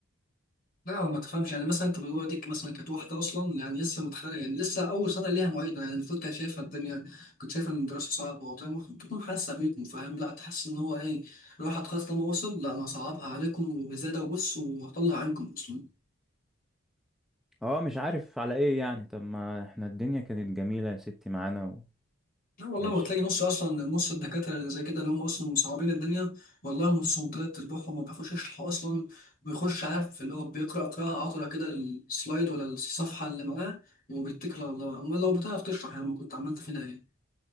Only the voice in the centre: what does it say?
اه مش عارف على ايه يعني طب ما احنا الدنيا كانت جميلة يا ستي معانا
ومش